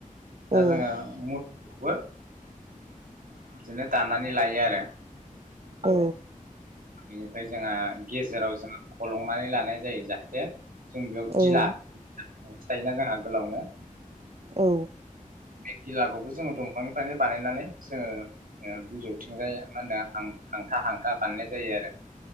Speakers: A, on the right; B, on the right.
A: दा
B: औ
A: जोंङो मु खौबोओ बिदिनो दानानै लायो आरो।
B: औ।
A: बेनिफ्राय जोंहा गेजेराव जों फलंनानै लानाय जायो जाहाथे जों। बेयाव
B: औ
A: दिला
B: ओं
A: थाइोना जोंहा गोलावनो
B: औ।
A: बे गिलाखौबो जोङो दंफांनिफ्रायनो बानायनानै जोङो ओ बिजौथिंजाय मा होनदो हां हांथा हांथा बानायनाय जायो आरो।